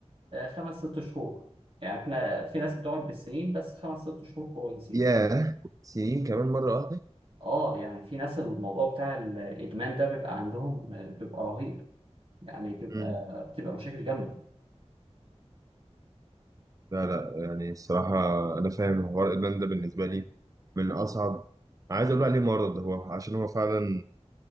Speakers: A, on the right; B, on the right.
A: آه، خمس ست شهور يعني احنا في ناس بتقعد بالسنين بس خمس ست شهور كويسين
B: ياه سنين كمان مرة
A: اه يعني في ناس الموضوع بتاع الادمان ده بيبقى عندهم آه، بيبقى رهيب يعني بيبقى
B: واحدة
A: بتبقى مشاكل جامده
B: لا لا يعني الصراحة أنا فاهم حوار إدمان ده بالنسبة لي من أصعب عايز أقول عليه مرض هو عشان هو فعلا